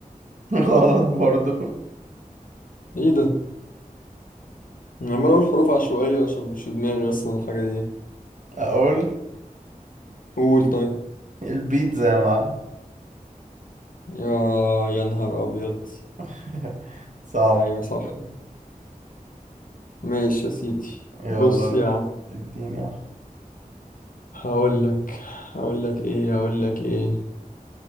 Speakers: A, on the right; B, on the left.
A: <laughs> غلط برضو
B: إيه ده؟ انا عمال اقول حروف عشوائية عشان مش في دماغي اصلا الحاجة دي
A: أقول
B: قول طيب
A: البيتزا يا معلم
B: يا يا نهار ابيض
A: <laughs> صعب
B: ايوه صح
A: شوية.
B: ماشي يا سيدي
A: يلا
B: بص يا عم
A: اديني واحدة
B: هقول لك هقول لك ايه هقول لك ايه